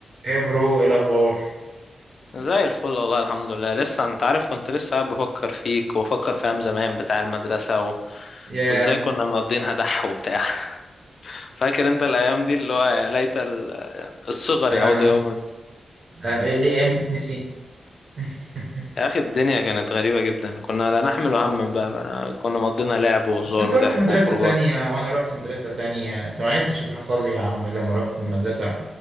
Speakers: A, on the right; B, on the left.
A: ايه يا برو ايه الاخبار
B: زي الفل والله الحمد لله لسه انت عارف كنت لسه قاعد بفكر فيك وبفكر في ايام زمان بتاع المدرسة و...
A: يا
B: وازاي كنا مقضينها دح وبتاع <laughs> فاكر انت الايام دي اللي هو ليت ال- الصغر
A: انا
B: يعود يوما
A: أنا- إيه دي ايام تتنسي <laughs>
B: يا اخي الدنيا كانت غريبة جدا كنا لا نحمل
A: اه
B: هما
A: والله
B: بقى بقى كنا مقضينا لعب وهزار
A: بس انت
B: وضحك
A: رحت مدرسة
B: وخروجات
A: تانية وانا رحت مدرسة تانية انت ما عرفتش اللي حصل لي يا عم لما رحت المدرسة